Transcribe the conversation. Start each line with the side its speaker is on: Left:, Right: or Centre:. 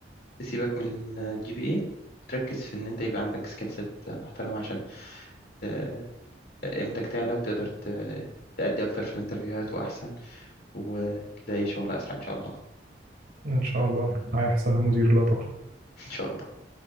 Left: تسيبك من الجي بي اي وتركز في إن أنت يبقى عندك سكيل سيت محترمة عشان آه، قيمتك تعلى وتقدر ت- تأدي أكتر في الانترفيوهات وأحسن وتلاقي شغل أسرع إن شاء الله
Right: ان شاء الله هيحصل يا مدير لا تقلق
Left: <laughs> إن شاء الله